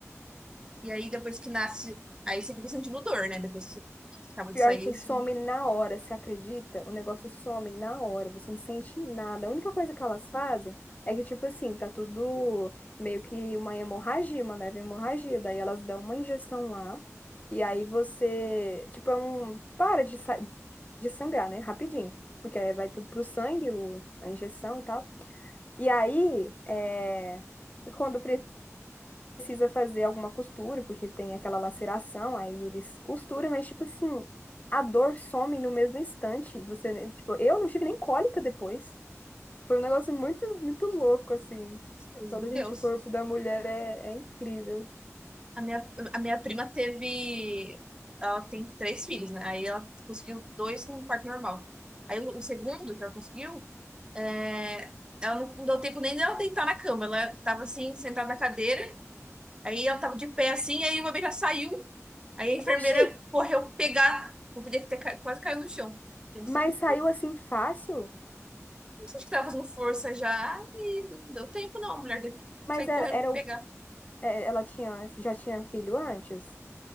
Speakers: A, on the right; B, on the left.
A: E aí, depois que nasce, aí você fica sentindo dor, né? Depois que que acaba
B: Pior
A: de sair,
B: que
A: isso,
B: some na hora, você acredita? O negócio some na hora, você não sente nada. A única coisa que elas fazem é que, tipo assim, tá tudo meio que uma hemorragia, uma leve hemorragia. Daí elas dão uma injeção lá, e aí você, tipo, é um. Para de, sa- de sangrar, né? Rapidinho. Porque aí vai tudo pro sangue, o... a injeção e tal. E aí, é... quando precisa fazer alguma costura, porque tem aquela laceração, aí eles costuram, mas tipo assim, a dor some no mesmo instante. Você, né, tipo, eu não tive nem cólica depois. Foi um negócio muito, muito louco, assim.
A: Deus
B: Todo,
A: de Deus.
B: gente, o corpo da mulher é, é incrível.
A: A minha, a minha prima teve. Ela tem três filhos, né? Aí ela conseguiu dois com um parto normal. Aí o, o segundo que ela conseguiu, é, ela não, não deu tempo nem dela deitar na cama. Ela tava assim, sentada na cadeira. Aí ela tava de pé assim, aí o bebê já saiu. Aí a enfermeira
B: Oxi!
A: correu pegar. O bebê ter ca- quase caiu no chão. Eu assim,
B: Mas saiu assim fácil?
A: Não sei se tava fazendo força já. E não deu tempo, não. A mulher teve que
B: Mas
A: sair
B: era,
A: correndo
B: era
A: pra pegar.
B: o, é, ela tinha, já tinha filho antes?